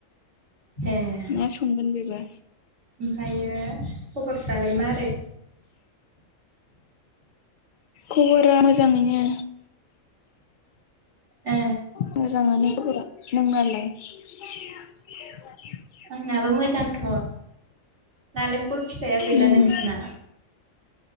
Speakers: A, on the right; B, on the left.
A: ए
B: मा संगोन बेबा?
A: ओमफ्रायो खबरफ्रालाय मारै?
B: खबरा मोजाङैनो।
A: ए
B: मोजाङानो बरा नोंनालाय? <unintelligible>
A: आंनाबो मोजांथ' नालेंखल फिथाइया गैला
B: उम
A: नोंसिना?